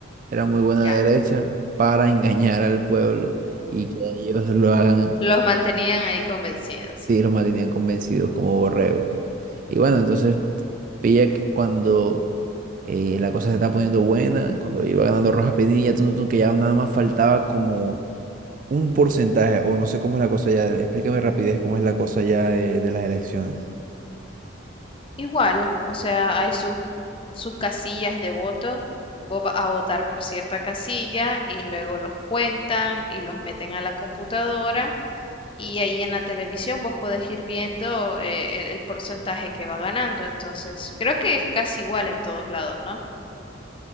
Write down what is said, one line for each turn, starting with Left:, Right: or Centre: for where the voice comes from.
Right: era muy buena
Left: ya.
Right: derecha para engañar al pueblo y que ellos lo hagan,
Left: Los mantenían ahí convencidos.
Right: sí, los mantenían convencidos como borregos. Y bueno, entonces pilla que cuando eh, la cosa se está poniendo buena, cuando iba ganando Rojas Pinilla, tun, tun, que ya nada más faltaba como un porcentaje, o no sé cómo es la cosa ya, explícame rapidez cómo es la cosa ya de, de las elecciones.
Left: Igual, o sea, hay sus, sus casillas de voto. Vos vas a votar por cierta casilla y luego los cuentan y los meten a la computadora y ahí en la televisión vos podés ir viendo eh, el, el porcentaje que va ganando. Entonces, creo que es casi igual en todos lados, ¿no?